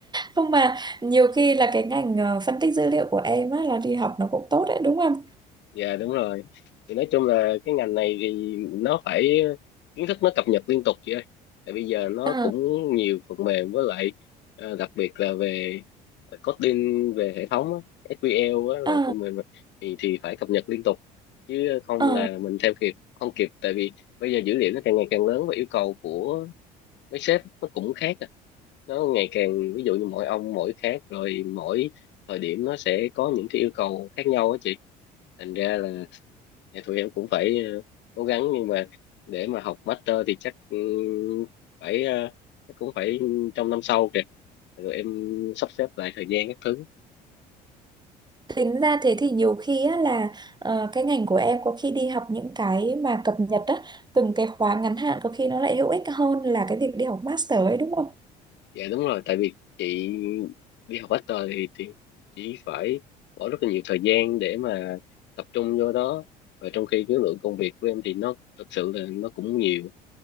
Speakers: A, on the right; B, on the left.
A: không mà nhiều khi là cái ngành ờ, phân tích dữ liệu của em á là đi học nó cũng tốt đấy đúng không
B: dạ đúng rồi thì nói chung là cái ngành này thì nó phải kiến thức nó cập nhật liên tục chị ơi tại bây giờ nó
A: ờ
B: cũng nhiều phần mềm với lại ờ, đặc biệt là về coding về hệ thống á, SQL á, là
A: ờ
B: phần mềm á, thì thì phải cập nhật liên tục chứ không
A: ờ
B: là mình theo kịp không kịp tại vì bây giờ dữ liệu nó càng ngày càng lớn và yêu cầu của mấy sếp nó cũng khác à nó ngày càng ví dụ như mỗi ông mỗi khác rồi mỗi thời điểm nó sẽ có những cái yêu cầu khác nhau á chị thành ra là thì tụi em cũng phải ờ, cố gắng nhưng mà để mà học master thì chắc ừ, phải ờ, chắc cũng phải trong năm sau kìa rồi em sắp xếp lại thời gian các thứ
A: tính ra thế thì nhiều khi á là ờ, cái ngành của em có khi đi học những cái mà cập nhật á từng cái khóa ngắn hạn có khi nó lại hữu ích hơn là cái việc đi học master ấy đúng không
B: dạ đúng rồi tại vì chị đi học master thì thì chỉ phải bỏ rất là nhiều thời gian để mà tập trung vô đó và trong khi cái lượng công việc của em thì nó thực sự là nó cũng nhiều